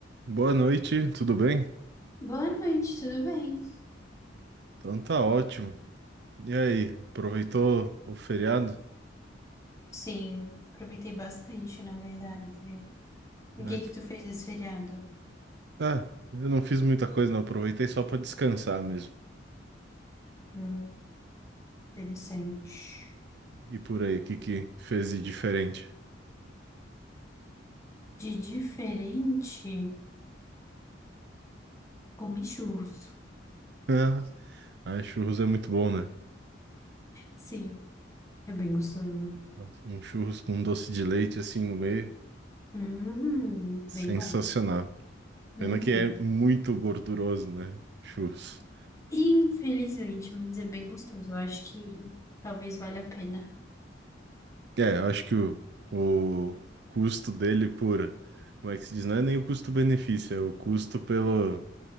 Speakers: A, on the right; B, on the left.
A: Boa noite, tudo bem?
B: Boa noite, tudo bem?
A: Então tá ótimo. E aí, aproveitou o feriado?
B: Sim, aproveitei bastante, na verdade. O
A: Ah,
B: que
A: que-
B: que tu fez esse feriado?
A: ah, eu não fiz muita coisa, não. Aproveitei só pra descansar mesmo.
B: Hum, interessante.
A: E por aí, o que que fez de diferente?
B: De diferente, comi churros.
A: <laughs> Ah, ah, churros é muito bom, né?
B: Sim, é bem gostoso.
A: Nossa, um churros com doce de leite assim no meio,
B: Hum,
A: sensacional.
B: bem bom. Hum.
A: Pena que é muito gorduroso, né? Churros.
B: Infelizmente, mas é bem gostoso. Eu acho que talvez valha a pena.
A: É, eu acho que o, o custo dele por. Como é que se diz? Não é nem o custo-benefício, é o custo pelo.